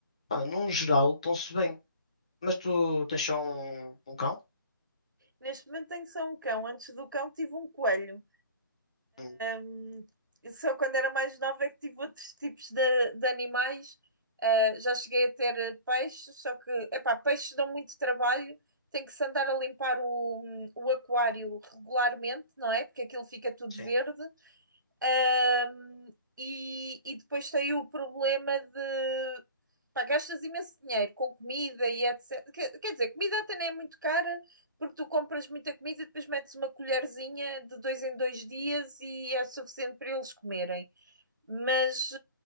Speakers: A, on the left (about 15°); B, on the right (about 60°).
A: pá, num geral, estão-se bem. Mas tu tens só um, um cão?
B: Neste momento tenho só um cão. Antes do cão tive um coelho.
A: Hum,
B: Hum, E Só quando era mais nova é que tive outros tipos de, de animais. Ah, já cheguei a ter peixes, só que, epá, peixes dão muito trabalho. Tem que se andar a limpar o, hum, o aquário regularmente, não é? Porque aquilo fica tudo
A: Sim.
B: verde. Ahm, e, e depois tem o problema de pá, gastas imenso dinheiro com comida e etc. Quer, quer dizer, comida até nem é muito cara, porque tu compras muita comida e depois metes uma colherzinha de dois em dois dias e é suficiente para eles comerem. Mas,